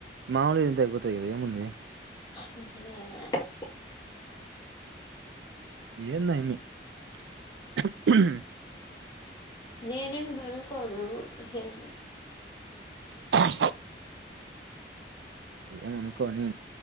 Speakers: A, on the right; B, on the left.
A: మాముూలు గా తింటే అయిపోతాదిక్కద ఏముందీ
B: <inaudible>
A: ఏందో <inaudible>
B: నేనేను మనకోను హేమో
A: <inaudible> ఏమనుకోని